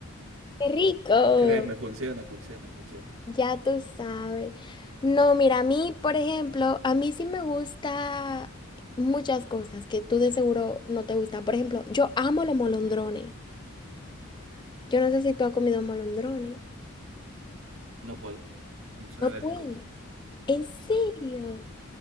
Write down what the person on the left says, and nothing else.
¡Qué rico!
Ya tú sabes. No, mira, a mí, por ejemplo, a mí sí me gusta muchas cosas que tú de seguro no te gusta. Por ejemplo, yo amo los molondrones. Yo no sé si tú has comido molondrones.
No
puedes. ¿En serio?